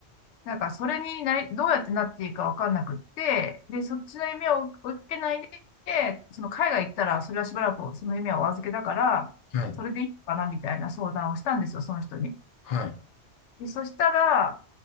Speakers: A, on the left; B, on the left.
A: なんか、それになり、どうやってなっていいかわかんなくって、で、そっちの夢を追いかけないで、その海外行ったら、それはしばらくその夢はお預けだから、
B: はい。はい。
A: それでいいのかなみたいな相談をしたんですよ、その人に。
B: はい。
A: で、そしたら、